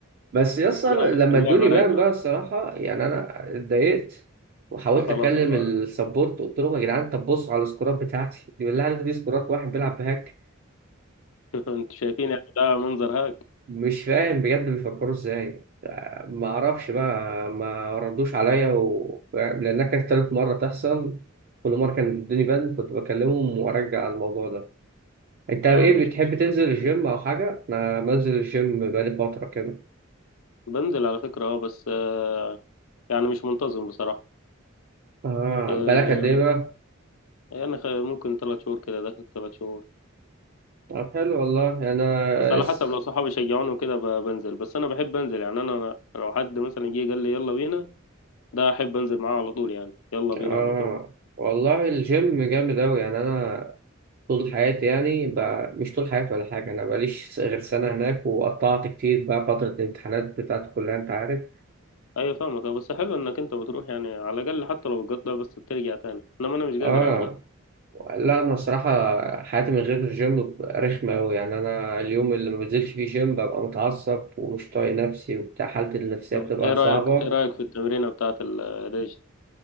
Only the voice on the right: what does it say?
بس يسطا
لما
ادوني
بان بقى الصراحة يعني أنا اتضايقت وحاولت
أكلم
السبورت قلت لهم يا جدعان طب بصوا على السكورات بتاعتي دي بالله عليكم دي سكورات واحد بيلعب بهاك
فمش فاهم بجد بيفكروا إزاي ما أعرفش بقى ما ردوش عليا و... لأنها كانت تالت مرة تحصل كل مرة كان بيدوني بان كنت بكلمهم وأرجع على الموضوع ده أنت إيه
بتحب
تنزل الجيم أو حاجة؟ أنا بنزل الجيم بقالي فترة كده
آه
بالك قد إيه بقى؟
طب حلو والله انا
اس...
آه
والله الجيم جامد اوي يعني انا طول حياتي يعني ب... مش طول حياتي ولا حاجه انا بقاليش غير سنه هناك وقطعت كتير بقى فتره الامتحانات بتاعت الكليه انت عارف
اه
لا انا الصراحه حياتي من غير الجيم بتبقى رخمه اوي يعني انا اليوم اللي ما بنزلش فيه جيم ببقى متعصب ومش طايق نفسي وبتاع حالتي النفسيه
بتبقى
صعبه